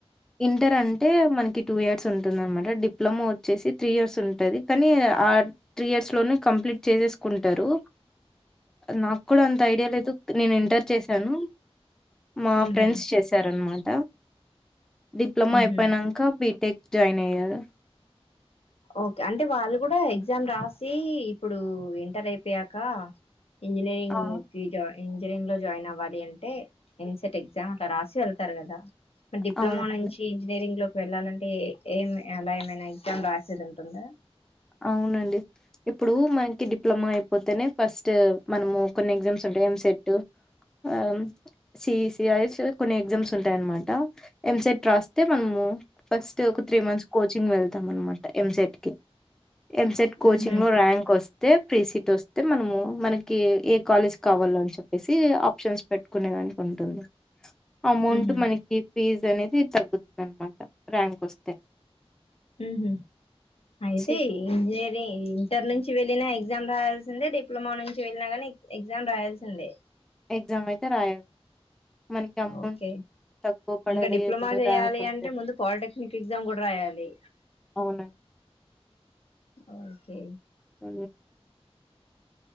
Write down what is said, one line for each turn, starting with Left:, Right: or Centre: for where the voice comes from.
Centre: ఇంటర్ అంటే మనకి టూ ఇయర్స్ ఉంటుంద అనమాట డిప్లొమా వచ్చేసి త్రీ ఇయర్స్ ఉంటుంది కానీ ఆ త్రీ ఇయర్స్ లోనూ కంప్లీ చేసేసుకుంటారు నాకు కూడా అంత ఐడియా లేదు నేను ఎంటర్ చేశాను మా
Left: ఉహు
Centre: ఫ్రెండ్స్ చేసారన్నమాట డిప్లొమా
Left: ఉహు
Centre: అయిపోయినాక బీటెక్ జాయిన్ అయ్యారు
Left: ఓకే అంటే వాళ్ళు కూడా ఎగ్జామ్ రాసి ఇప్పుడు ఎంటర్ అయిపోయాక ఇంజనీయరింగ్
Centre: ఆ!
Left: క జాయి ఇంజనీరింగ్ లో జాయిన్ అవ్వాలి అంటే ఎన్సెట్ ఎగ్జామ్ అట్లా రాసి వెళ్తారు కదా డిప్లొమా
Centre: అవునండి.
Left: నుంచి ఇంజనీరింగ్ లోకి వెళ్ళాలంటే ఏం ఎలా ఏమైనా ఎగ్జామ్ రా సరంటన్నా
Centre: అవునండి ఇప్పుడు మనకి డిప్లొమా అయిపోతేనే ఫస్ట్ మనము కొన్ని ఎగ్జామ్స్ ఉంటాయి ఎంసెట్ ఆ సిఈసి అ కొన్ని ఎగ్జామ్స్ ఉంటాయన్నమాట ఎంసెట్ రాస్తే మనము ఫస్ట్ ఒక త్రీ మంత్స్ కోచింగ్ వెళ్తాం అనమాట ఎంసెట్ కి ఎంసెట్ కోచింగ్
Left: ఉహు
Centre: లో ర్యాంక్ వస్తే ప్రీ సీట్ వస్తే మనము మనకి ఏ కాలేజ్ కావాలో అని చెప్పేసి ఆప్షన్స్ పెట్టు ఇంతనే అనుకుంటున్న, అమౌంట్
Left: ఉహు
Centre: మనకి ఫీజ్ అనేది తగ్గుతుంది అనమాట ర్యాంక్ వస్తే
Left: ఉహు అయితే
Centre: సీట్
Left: ఇంజనీరింగ్ ఇంటర్ నుంచి వెళ్ళిన ఎగ్జామ్ రాయాల్సిందే డిప్లొమా నుంచి వెళ్ళిన కాగానీ ఎగ్జామ్ రాయాల్సిందే,
Centre: ఎగ్జామ్ అయితే రాయాలి మనకి అమౌంట్
Left: ఓకే
Centre: తక్కువ పడాలి
Left: ఇంకా డిప్లొమా
Centre: మన
Left: చేయాలి,
Centre: ర్యాంక్ ఉంటది
Left: అంటే ముందు పాలిటెక్నిక్ ఎగ్జామ్ కూడా రాయాలి.
Centre: అవును
Left: ఒకే
Centre: ఉ